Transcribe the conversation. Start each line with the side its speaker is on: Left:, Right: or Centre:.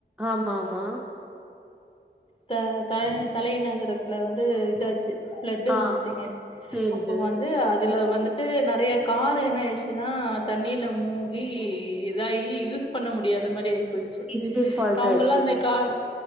Centre: ஆமா ஆமா
Left: த தலை தலின ட்ல வந்து இதாச் பிளட்
Centre: ஆ
Left: வந்துச்சுங்க
Centre: சேரி
Left: அப்போ
Centre: சேரி
Left: வந்து அதுல வந்து ட்டு நிறைய காரு என்ன ஆயிடுச்சுன்னா தண்ணீல மூகி இதாயி யூஸ் பண்ண முடியாத மாதிரி ஆய போயிருச்சு
Centre: இன்ஜின் ஃபால்ட்
Left: அவங்கல்லாம்
Centre: ஆயிடுச்சுங்க
Left: அந்த கார்